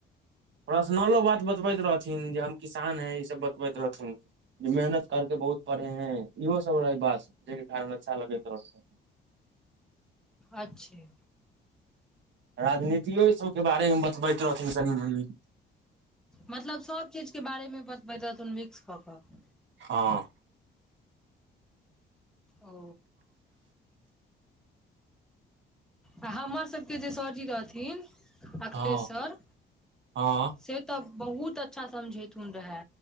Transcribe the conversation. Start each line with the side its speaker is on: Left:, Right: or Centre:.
Right: पर्सनलो बात बतबैत रहथिन जे हम किसान है ईसब बतबैत रहथिन कि मेहनत करके बहुत पढ़े हैं इहो सब रहै बात जै के कारण अच्छा लगैत रहथुन
Centre: अच्छे
Right: राजनीतियो ई सबके बारे में बतबैत रहथिन कनि-मनि
Centre: मतलब सब चीज के बारे में बतबैत रहथुन मिक्स कऽ-कऽ
Right: हँ
Centre: ओ आ हमर सबके जे सर जी रहथिन अखिलेश
Right: हँ
Centre: सर
Right: हँ
Centre: से तऽ बहुत अच्छा समझेथुन रहै